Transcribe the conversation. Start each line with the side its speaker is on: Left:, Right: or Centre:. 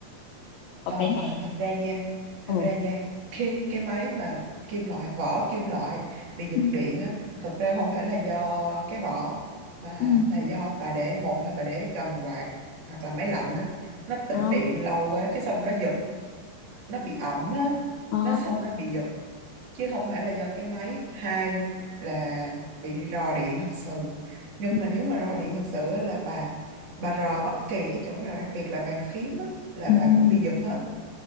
Left: có
Right: Ờ,
Left: cái này
Right: thật ra nha, thật
Left: ồ
Right: ra nha, khi cái máy mà kim loại, vỏ kim loại bị giật
Left: ừ
Right: điện á, thật ra không phải là do cái vỏ, mà
Left: ừ
Right: là do bà để, một là bà để gần quạt, hoặc là máy lạnh á, nó tĩnh
Left: ờ
Right: điện lâu quá, cái xong nó giật, nó bị ẩm á,
Left: ờ
Right: nó xong nó bị giật chứ không phải là do cái máy hai là bị rò điện thật sự nhưng
Left: Ừ,
Right: mà nếu mà rò điện thật sự á, là bà bà rò bất kỳ cái chỗ nào đặc biệt là bàn phím á, là
Left: ừ,
Right: bà
Left: ừ.
Right: cũng bị giật hết